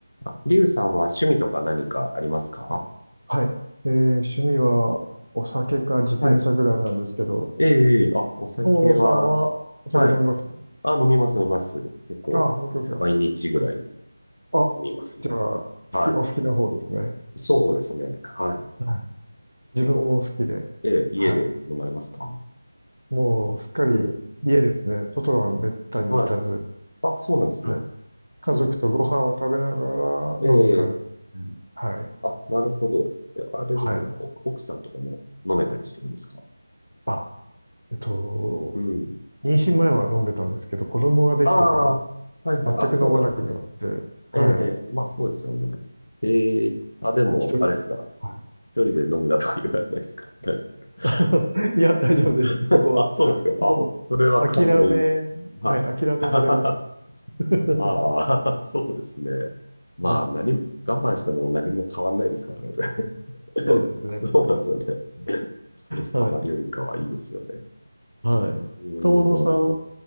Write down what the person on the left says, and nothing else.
あ、リュウさんは趣味とか何かありますか
はい。ええ、ええあ、お酒は、
はい。あ、飲みます、飲みます。結構、
毎日ぐらい
飲みますね。
はい。
そうですね。はい。
結構、ええ、家で飲まれますか
うん。
はい。あ、そうなんですね。
うん。
ええ、
あ、なるほど。えあれですかね。
お奥さんとかも飲めたりするんですか
うん。
ああ、はいはい。
あ、そうなんですね。
ええ、まあそうですよね。ええ、あ、でも、
あれですか。
一人で飲むなとか言われないですか <laughs> 大丈夫です
か <laughs>
あ、そうなんですか。
あ、それは寛大。
はい。
<laughs>
まあ、<laughs> そうですね。まあ、
何、我慢しても何も変わんないですからね。<laughs>
そうなんですよね。ストレス溜まるよりかはいいですよね。
うーん。